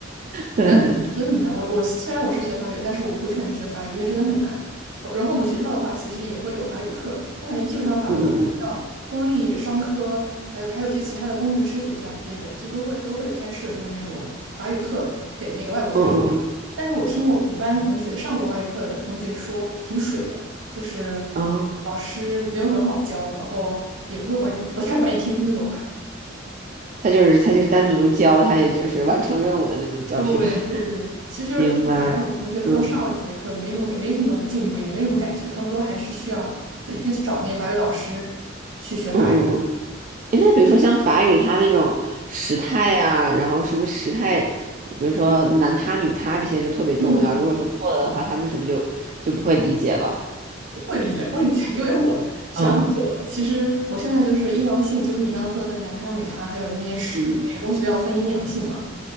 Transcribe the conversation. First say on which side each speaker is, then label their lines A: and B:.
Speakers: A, on the right (about 40°); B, on the right (about 70°).
A: 的。<laughs> 对，
B: 真的很真的很难。
A: 嗯
B: 我我虽然我是学法语的，但是我不会劝人学法语，因为真的很难。呃然后我们学校的话，其实也会有法语课。我感觉基本上法国的学校，
A: 嗯
B: 公立商科，还有还有一些其他的工程师学校之类的，这都会都会开设就是那种法语课给那个外国学生上。
A: 嗯嗯嗯
B: 但是我听我们班同学上过法语课的人同学说，挺水的，就是
A: 嗯，哦，
B: 老师没有很好教，然后也不会管你，不太管你听不听得懂。
A: 他就是他就是单独教，他也就是完成任务的那种教学。
B: 对对对，
A: <laughs>
B: 其实就是反正我们同学说上了几节课没什么感，
A: 明白。嗯
B: 没什么进步，也没什么感觉，他们都还是需要自己去找那些法语老师去学法语。
A: 嗯嗯嗯。诶那比如说像法语，它那种时态呀，然后是不是时态，比如说男他、女他这些就特别重要。
B: 嗯，
A: 如果说错了的话，他们是不是就就不会理解了？
B: 会理解，会理解，因为我学了很久了。
A: 嗯，
B: 其实我现在就是阴阳性，就是你刚刚说的那个男他女他，还有那些是每个东西都要分阴阳性嘛。
A: 嗯